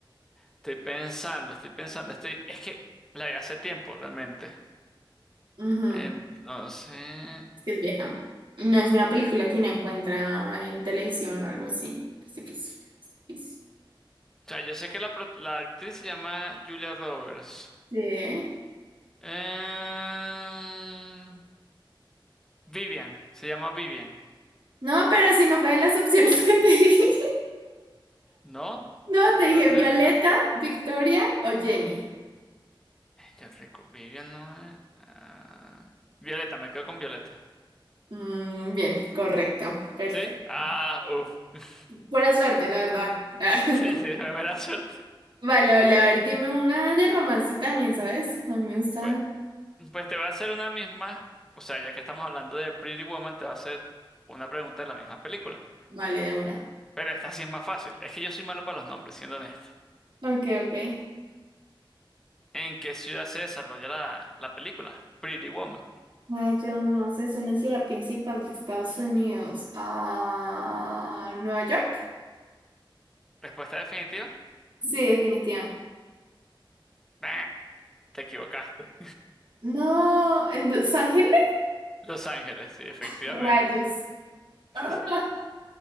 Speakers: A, in the centre; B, on the right.
A: estoy pensando, estoy pensando, estoy. Es que la vi hace tiempo, realmente.
B: Ujú,
A: Entonces,
B: Es que es vieja. No es una película que uno encuentra en televisión o algo así. Es difícil, es difícil.
A: o sea, yo sé que la, pro- la actriz se llama Julia Roberts.
B: Sí.
A: Eh, Vivian, se llama Vivian,
B: No, pero si no fue de las opciones que te di. <laughs>
A: ¿no?
B: No, te dije
A: Entonces.
B: Violeta, Victoria o Jenny.
A: Yo te cu- Vivian no es. ah, Violeta, me quedo con Violeta.
B: Mm, bien, correcto. Perfecto.
A: ¿Sí? Ah, uff. <laughs>
B: Buena suerte, la verdad. <laughs>
A: Sí, sí, de mera suerte.
B: Vale, vale, a ver, dime una de romance también, ¿sabes? A mí me gusta.
A: Pues, pues te voy a hacer una misma. O sea, ya que estamos hablando de Pretty Woman, te voy a hacer una pregunta de la misma película.
B: Vale, de una.
A: Pero esta sí es más fácil. Es que yo soy malo para los nombres, siendo honesto.
B: Ok, ok.
A: ¿En qué ciudad se desarrolla la, la película? Pretty Woman.
B: Ah, yo no sé, es una ciudad principal de Estados Unidos. Ah, ¿Nueva York?
A: ¿Respuesta definitiva?
B: Sí, definitiva.
A: Bah, Te equivocaste.
B: No, ¿en Los Ángeles?
A: Los Ángeles, sí, efectivamente.
B: Rayos.
A: <laughs>
B: Ah,